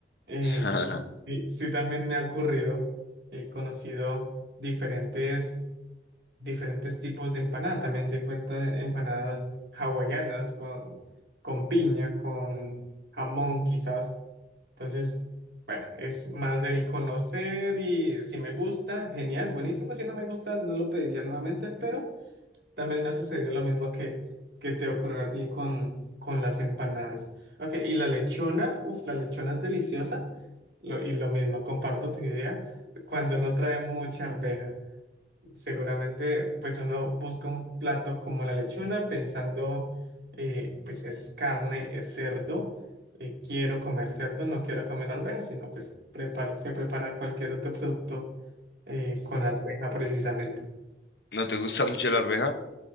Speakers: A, on the right (about 65°); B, on the left (about 70°).
A: Eh,
B: <laughs>
A: sí, sí, también me ha ocurrido, he conocido diferentes, diferentes tipos de empanada. También se encuentran empanadas hawaianas con, con piña, con jamón quizás. Entonces, bueno, es más del conocer y si me gusta, genial, buenísimo. Si no me gusta, no lo pediría nuevamente, pero también me ha sucedido lo mismo que, que te ocurrió a ti con, con las empanadas. Ok, y la lechona, uff, la lechona es deliciosa. Lo- y lo mismo, comparto tu idea cuando no trae mucha arveja. Seguramente, pues uno busca un plato como la lechona pensando, eh, pues es carne, es cerdo, eh, quiero comer cerdo, no quiero comer arveja, sino pues prepara- se prepara cualquier otro producto eh, con arveja precisamente.
B: ¿No te gusta mucho la arveja?